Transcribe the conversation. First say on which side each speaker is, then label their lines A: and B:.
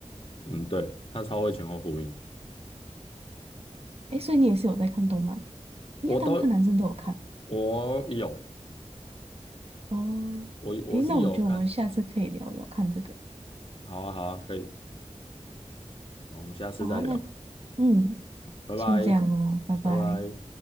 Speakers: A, on the left; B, on the right.
A: 嗯，对，他超会前后呼应，
B: 诶，所以你也是有在看动漫，应该大部分男生都有看。
A: 我都我有，
B: 哦，
A: 我我是有看，
B: 诶，那我觉得我们下次可以聊聊看这个。
A: 好啊，好啊，可以，好，我们下次再聊，
B: 好啊，那嗯，
A: 拜拜，
B: 先这样哦，拜拜。
A: 拜拜。